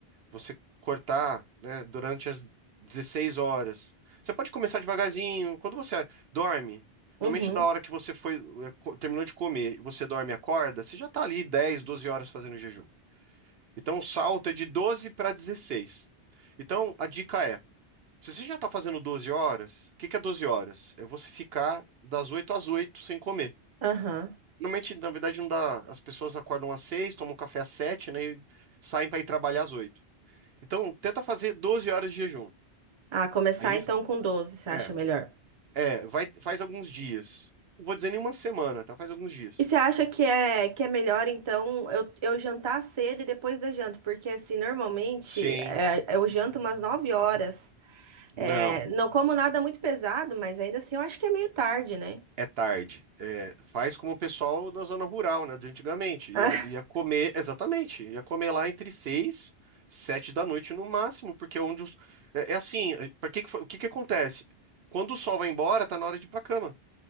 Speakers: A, on the right; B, on the right.
A: você cortar, né, durante as 16 horas. Você pode começar devagarzinho. Quando você dorme,
B: uhum,
A: normalmente da hora que você foi, eh, co- terminou de comer, você dorme e acorda, você já está ali 10 12 horas fazendo jejum. Então o salto é de 12 para dezesseis Então a dica é, se você já está fazendo 12 horas, o que que é 12 horas? É você ficar das 8 às 8 sem comer.
B: aham.
A: Normalmente, na verdade, não dá. As pessoas acordam às seis, tomam um café às sete, né? E saem para ir trabalhar às oito. Então, tenta fazer 12 horas de jejum.
B: Ah, começar
A: Aí,
B: então com 12, você
A: é,
B: acha melhor?
A: é, vai, faz alguns dias. Não vou dizer nenhuma semana, tá? Faz alguns dias.
B: E você acha que é, que é melhor, então, eu, eu jantar cedo e depois da janta? Porque, assim, normalmente
A: Sim,
B: é, eu janto umas 9 horas. É,
A: não.
B: não como nada muito pesado, mas ainda assim eu acho que é meio tarde, né?
A: É tarde. É, faz como o pessoal da zona rural, né? De antigamente. Ia,
B: <laughs>
A: ia comer, exatamente. Ia comer lá entre seis, sete da noite no máximo, porque é onde os. É, é assim, para que, que fa- o que que acontece? Quando o sol vai embora, tá na hora de ir pra cama.